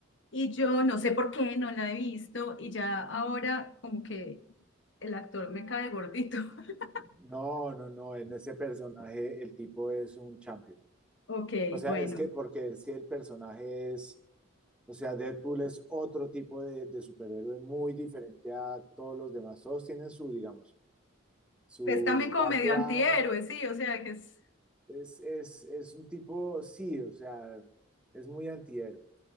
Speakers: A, on the left (about 65°); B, in the centre.
A: Y yo no sé por qué no la he visto y ya ahora como que el actor me cae gordito. <laughs>
B: No, no, no, en ese personaje el tipo es un champion.
A: Ok,
B: O sea,
A: bueno.
B: es que porque es que el personaje es, o sea, Deadpool es otro tipo de, de superhéroe muy diferente a todos los demás. Todos tienen su, digamos, su
A: Pues también como
B: background.
A: medio antihéroe, sí, o sea que es...
B: Es, es, es un tipo, sí, o sea, es muy antihéroe.